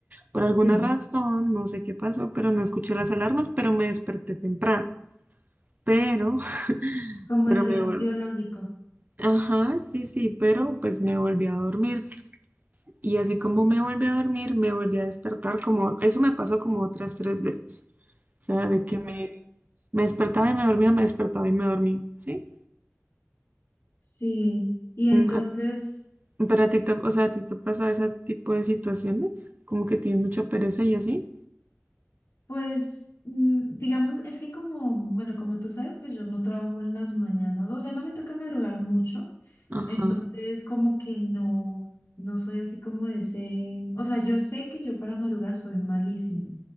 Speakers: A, on the right; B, on the left.
A: Por alguna
B: Sí,
A: razón, no sé qué pasó, pero no escuché las alarmas, pero me desperté temprano. Pero <laughs>
B: como
A: pero
B: el reloj
A: me, vol-
B: biológico.
A: Ajá, sí, sí, pero pues me volví a dormir. Y así como me volví a dormir, me volví a despertar como, eso me pasó como otras tres veces. O sea,
B: Uy,
A: de que
B: guau.
A: me, me despertaba y me dormía, me despertaba y me dormía, ¿sí?
B: Sí. Y entonces,
A: Mm, a- Pero a ti te, o sea, a ti te pasa ese tipo de situaciones, como que tienes mucha pereza y así.
B: pues, mm, digamos, es que como, bueno, como tú sabes, pues yo no trabajo en las mañanas. O sea, no me toca madrugar mucho
A: Ajá,
B: Entonces, como que no, no soy así como de ese, o sea, yo sé que yo para madrugar soy malísima